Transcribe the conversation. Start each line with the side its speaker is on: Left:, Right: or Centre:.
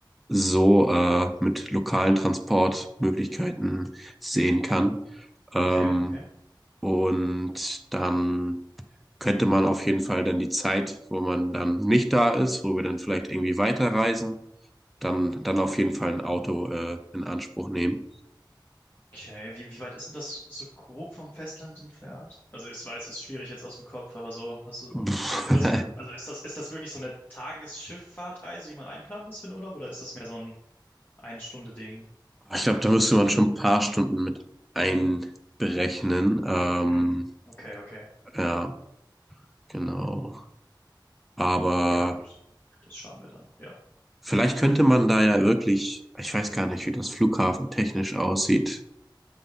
Centre: so äh, mit lokalen Transportmöglichkeiten sehen kann. Ähm,
Left: okay, okay.
Centre: und dann könnte man auf jeden Fall dann die Zeit, wo man dann nicht da ist, wo wir dann vielleicht irgendwie weiterreisen, dann, dann auf jeden Fall ein Auto äh, in Anspruch nehmen.
Left: Okay, wie, wie weit ist denn das so grob vom Festland entfernt? Also ich weiß, ist schwierig jetzt aus dem Kopf, aber so hast du
Centre: Pff,
Left: nur, dass man,
Centre: <laughs>
Left: also ist das, ist das wirklich so eine Tagesschifffahrtreise, die man einplanen muss für den Urlaub, oder ist das mehr so ein Ein-Stunde-Ding?
Centre: Ich glaube, da müsste man schon ein paar Stunden mit einberechnen. Ähm,
Left: Hm, okay, okay.
Centre: ja, genau. Aber
Left: Ja, gut. Das schauen wir dann. Ja.
Centre: vielleicht könnte man da ja wirklich, ich weiß gar nicht, wie das Flughafen technisch aussieht.